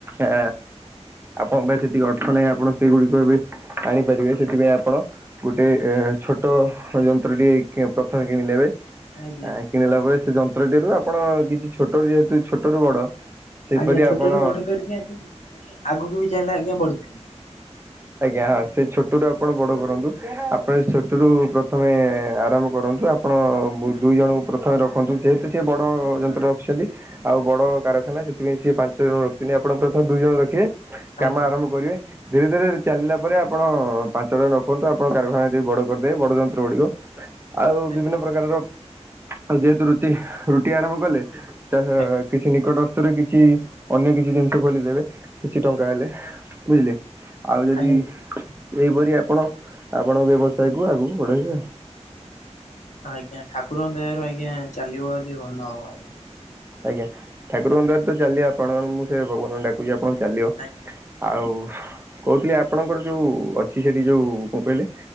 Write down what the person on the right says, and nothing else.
ଆ ଆପଣଙ୍କ ପାଇଁ ସେତିକି ଅର୍ଥ ନାହିଁ ଆପଣ ସେଗୁଡିକ ଏବେ ଆଣିପାରିବେ ସେଥିପାଇଁ ଆପଣ ଗୋଟେ ଛୋଟ ଯନ୍ତ୍ରଟିଏ କି ପ୍ରଥମେ କିଣି ନେବେ। ଆ
କିଣିଲା ପରେ ସେ ଯନ୍ତ୍ରଟିରୁ ଆପଣ କିଛି ଛୋଟରୁ ଯେହେତୁ ଛୋଟରୁୁ ବଡ ସେହିପରି
ଆପଣ
ଆଜ୍ଞା ହଁ ସେ ଛୋଟ ରୁ ଆପଣ ବଡ କରନ୍ତୁ। ଆପଣ ଛୋଟରୁୁ ପ୍ରଥମେ ଆରାମ୍ଭ କଡନ୍ତୁ ଆ ମୁ
ଦୁଇ ଜଣଙ୍କୁ ପ୍ରଥମେ ରଖନ୍ତୁ। ଯେହେତୁ ସେ ବଡ ଯନ୍ତ୍ର ରଖିଛନ୍ତି। ଆଉ ବଡ କାରଖାନା ସେଥିପାଇଁ ସିଏ ପାଞ୍ଚ ଜଣ ରଖିଛନ୍ତି, ଆପଣ ପ୍ରଥମେ ଦୁଇ ଜଣ ରଖିବେ। କାମ
ଆରମ୍ଭ କରିବେ। ଧୀରେ ଧୀରେ ଚାଲିଲା ପରେ ଆପଣ ପାଞ୍ଚ ଜଣ ରଖନ୍ତୁ। ଆପଣ କାରଖାନା ଯଦି ବଡ଼ କରିଦେବେ। ବଡ଼ ଯନ୍ତ୍ର ଗୁଡ଼ିକ ଆଉ
ବିଭିନ୍ନ ପ୍ରକାରର ଯେହେତୁ ରୁଟି ରୁଟି ଆରମ୍ଭ କଲେ ତା
କିଛି ନିକଟସ୍ତ ରେ କିଛି ଅନ୍ୟ କିଛି ଜିନିଷ ଖୋଲିଦେବେ କିଛି ଟଙ୍କା
ହେଲେ। ବୁଝିଲେ? ଆଉ ଯଦି
ଏହିପରି ଆପଣ ଆପଣଙ୍କ ବ୍ୟବସାୟ କୁ ଆଗକୁ ବଢେଇବେ ଆଉ।
ଆଜ୍ଞା ଠାକୁରଙ୍କ ଦୟାରୁ ତ ଚାଲ ଆପଣଙ୍କର। ମୁଁ ସେୟା ଭଗବାନଙ୍କୁ ଡାକୁଚି ଆପଣଙ୍କ ଚାଲିବ।
ଆଉ କହୁଥିଲି ଆପଣଙ୍କର ଯୋଉ ଅଛି ସେଠି ଯୋଉ କଣ କହିଲେ